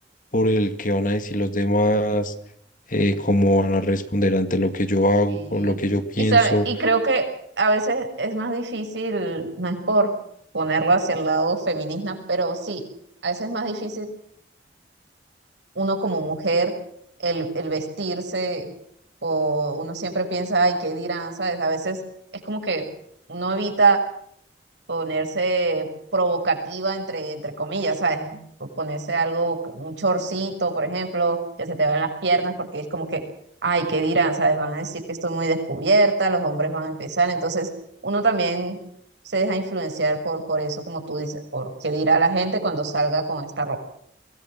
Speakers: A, on the left; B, on the right.
A: por el que van a decir los demás, eh, cómo van a responder ante lo que yo
B: Sí.
A: hago, con lo que yo pienso.
B: Y, sabe- y creo que a veces es más difícil, no es por ponerlo hacia el lado feminista, pero sí, a veces es más difícil uno como mujer el, el vestirse o uno siempre piensa, ay, ¿qué dirán? ¿Sabes? A veces es como que uno evita ponerse provocativa entre, entre comillas, ¿sabes? O Ponerse algo, un chorcito, por ejemplo, que se te vean las piernas, porque es como que, ay, ¿qué dirán? ¿Sabes? Van a decir que estoy muy descubierta, los hombres van a empezar, entonces uno también se deja influenciar por, por eso, como tú dices, por qué dirá la gente cuando salga con esta ropa.